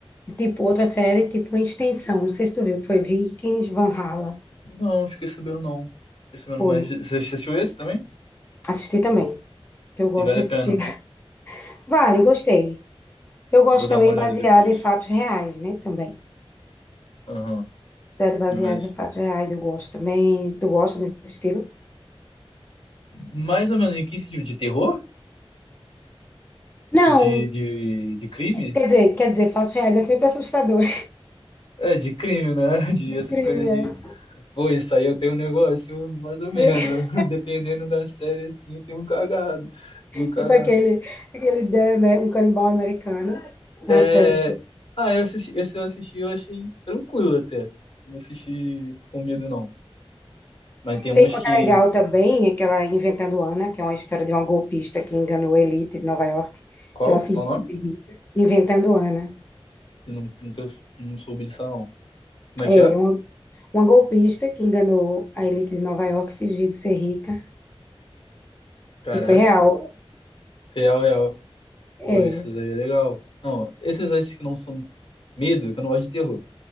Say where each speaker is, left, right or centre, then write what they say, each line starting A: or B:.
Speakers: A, on the left; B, on the left.
A: Tipo, outra série, tipo, em extensão. Não sei se tu viu, que foi Vikings, Valhalla.
B: Não, fiquei sabendo não. Fiquei sabendo,
A: Foi.
B: mas você assistiu esse também?
A: Assisti também, que eu gosto
B: E vale
A: de assistir.
B: a pena.
A: <laughs> Vale, gostei. Eu gosto
B: Vou dar
A: também
B: uma olhada
A: baseada
B: depois.
A: em fatos reais, né? Também.
B: Aham.
A: Série baseada
B: Mas.
A: em fatos reais, eu gosto também. Tu gosta desse estilo?
B: Mais ou menos em que sentido? De terror?
A: Não,
B: De, de, de crime?
A: quer dizer, quer dizer, fatos reais é sempre assustador.
B: É, de crime, né? <laughs>
A: <laughs>
B: De
A: De
B: essas
A: crime,
B: coisas
A: é.
B: de. Pô, isso aí eu tenho um negócio, mais ou
A: <laughs>
B: menos. <laughs> Dependendo da série, assim, eu tenho um cagado. Tenho um cagado.
A: Tipo aquele, aquele The Amer- um canibal americano. A
B: É...
A: série
B: Ah, eu assisti, esse eu assisti, eu achei tranquilo até. Não assisti com medo, não. Mas tem uns
A: Tem uma
B: que.
A: que é legal também, aquela Inventando Ana, que é uma história de uma golpista que enganou a elite de Nova York,
B: Qual?
A: que ela fingiu
B: Qual o nome?
A: ser rica. Inventando Ana.
B: Eu não, não, não soube disso, não. Como é
A: É,
B: que é?
A: uma, uma golpista que enganou a elite de Nova York fingindo ser rica.
B: Caraca.
A: E foi real.
B: Real, real.
A: É.
B: Pô, esses aí é legal. Não, esses aí que não são medo, que eu não gosto de terror.